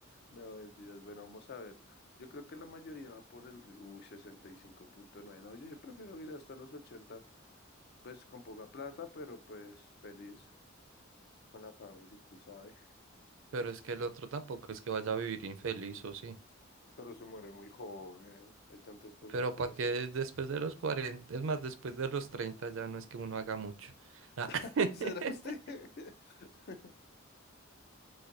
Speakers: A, on the left (about 50°); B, on the right (about 65°).
A: No, mentiras. Bueno, vamos a ver. Yo creo que la mayoría va por el ri- uy, sesenta y cinco punto nueve. No, yo, yo prefiero ir hasta los 80. pues con poca plata, pero pues feliz con la familia, tú sabes.
B: Pero es que el otro tampoco es que vaya a vivir infeliz o sí.
A: Pero se muere muy joven. Hay tantas cosas
B: Pero
A: por
B: para
A: hacer.
B: qué después de los 40, es más, después de los 30 ya no es que uno haga mucho. Ah.
A: <laughs>
B: <laughs>
A: ¿Será usted? <laughs>